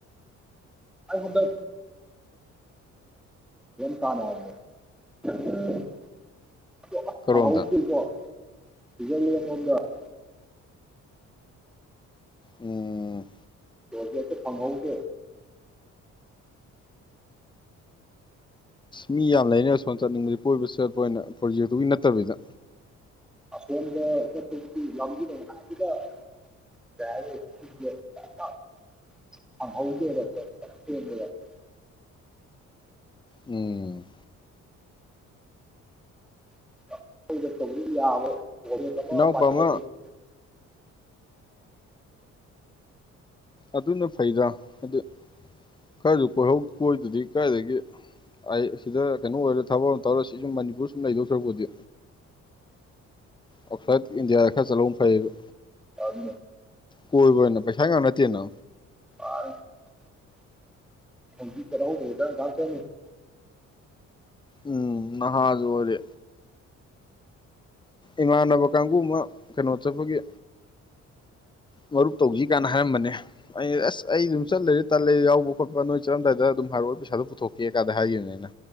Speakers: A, in the centre; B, on the left.
A: ꯑꯩ ꯍꯟꯗꯛ <unintelligible> ꯇꯥꯟꯅꯔꯝꯃꯦ <unintelligible>
B: ꯀꯔꯣꯝꯗ ꯎꯝ
A: ꯄꯣꯖꯦꯛꯇ ꯐꯪꯍꯧꯗꯦ
B: ꯃꯤ ꯌꯥꯝ ꯂꯩꯅꯦ ꯁꯣꯝ ꯆꯠꯅꯤꯡꯕꯗꯤ ꯀꯣꯏꯕ ꯆꯠꯄ ꯑꯣꯏꯅ ꯄ꯭ꯔꯣꯖꯦꯛꯇꯨꯒꯤ ꯅꯠꯇꯕꯤꯗ
A: ꯑꯁꯣꯝꯗ <unintelligible> ꯂꯝꯕꯤꯗ <unintelligible> <unintelligible>
B: ꯎꯝ
A: <unintelligible>
B: ꯏꯅꯥꯎꯄꯥ ꯑꯃ ꯑꯗꯨꯅ ꯐꯩꯗ ꯍꯥꯏꯗꯤ ꯈꯔꯁꯨ ꯀꯣꯏꯍꯧ ꯀꯣꯏꯗ꯭ꯔꯗꯤ ꯀꯗꯥꯏꯗꯒꯤ ꯑꯩ ꯁꯤꯗ ꯀꯩꯅꯣ ꯑꯣꯏꯔ ꯊꯕꯛ ꯑꯃ ꯇꯧꯔ ꯁꯤ ꯁꯨꯝ ꯃꯅꯤꯄꯨꯔ ꯁꯨꯝ ꯂꯩꯗꯣ ꯁꯔꯨꯛꯄꯨꯗꯤ ꯑꯥꯎꯠꯁꯥꯏꯠ ꯏꯟꯗꯤꯌꯥꯗ ꯈꯔ ꯆꯠꯂꯧꯕꯅ ꯐꯩꯌꯦꯕ
A: ꯑꯗꯨꯅꯦ
B: ꯀꯣꯏꯕ ꯑꯣꯏꯅ ꯄꯩꯁꯥ ꯉꯥꯛ ꯅꯠꯇꯦꯅ
A: <unintelligible>
B: ꯎꯝ ꯅꯍꯥꯖꯨ ꯑꯣꯏꯔꯤ ꯏꯃꯥꯟꯅꯕ ꯀꯥꯡꯕꯨ ꯑꯃ ꯀꯩꯅꯣ ꯆꯠꯄꯒꯤ ꯃꯔꯨꯞ ꯇꯧꯁꯤ ꯀꯥꯟꯅ ꯍꯥꯏꯔꯝꯕꯅꯦ ꯑꯩ ꯑꯁ ꯑꯩ ꯑꯗꯨꯝ ꯆꯠꯂꯩꯔꯦ ꯇꯜꯂꯦꯗ ꯌꯥꯎꯕ ꯈꯣꯠꯄ ꯅꯣꯏ ꯆꯠꯂꯝꯗꯥꯏꯗ ꯑꯗꯨꯝ ꯍꯥꯏꯔꯛꯑꯣ ꯄꯩꯁꯥꯗꯣ ꯄꯨꯊꯣꯛꯀꯦ ꯀꯥꯗ ꯍꯥꯏꯈꯤꯕꯅꯦ ꯑꯩꯅ